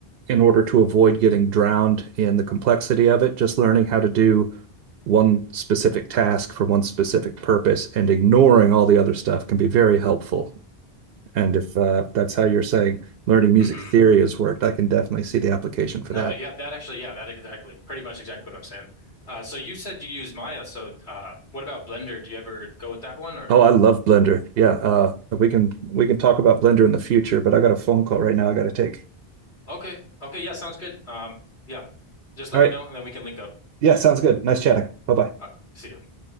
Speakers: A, on the right; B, on the left.
A: in order to avoid getting drowned in the complexity of it, just learning how to do one specific task for one specific purpose and ignoring all the other stuff can be very helpful. And if uh, that's how you're saying learning music
B: hmm
A: theory has worked, I can definitely see the application for
B: No,
A: that.
B: yeah, that actually, yeah, that exactly, pretty much exactly what I'm saying. Uh, so you said you use Maya, so uh, what about Blender? Do you ever go with that one or?
A: Oh, I love Blender. Yeah, uh, we can we can talk about Blender in the future, but I got a phone call right now I got to take.
B: Okay, okay, yeah, sounds good. Um, yeah, just let
A: All right.
B: me know and then we can link up.
A: Yeah, sounds good. Nice chatting. Bye-bye.
B: Uh, see ya.